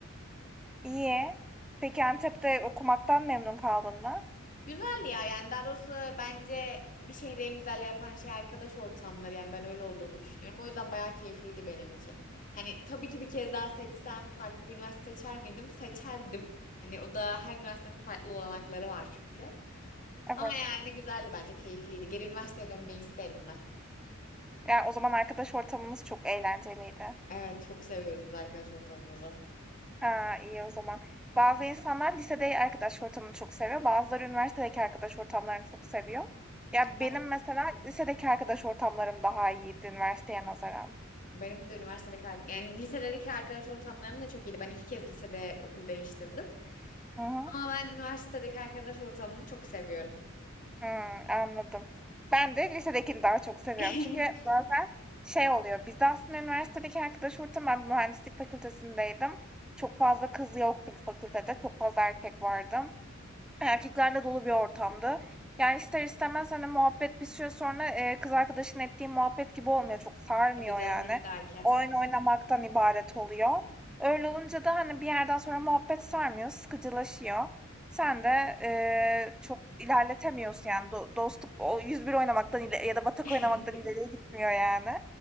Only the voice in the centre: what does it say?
İyi. Peki Antep'te okumaktan memnun kaldın mı?
Evet.
Ya o zaman arkadaş ortamınız çok eğlenceliydi.
Ha, iyi o zaman. Bazı insanlar lisede arkadaş ortamını çok seviyor. Bazıları üniversitedeki arkadaş ortamlarını çok seviyor. Ya
benim mesela lisedeki arkadaş ortamlarım daha iyiydi üniversiteye nazaran.
Hı hı.
Hmm, anladım. Ben de lisedekini daha çok seviyorum.
Çünkü bazen şey oluyor. Bizde aslında üniversitedeki arkadaş ortamı ben bir mühendislik fakültesindeydim. Çok fazla kız yoktu bu fakültede. Çok fazla erkek vardı. Erkeklerle dolu bir ortamdı. Yani, ister istemez, hani, muhabbet bir süre sonra, eee, kız arkadaşın ettiğin muhabbet gibi olmuyor. Çok sarmıyor
yani.
Oyun oynamaktan ibaret oluyor. Öyle olunca da, hani, bir yerden sonra muhabbet sarmıyor, sıkıcılaşıyor. Sen de, eee, çok ilerletemiyorsun yani do dostluk o 101 oynamaktan ile ya da Batak
oynamaktan ileriye gitmiyor yani.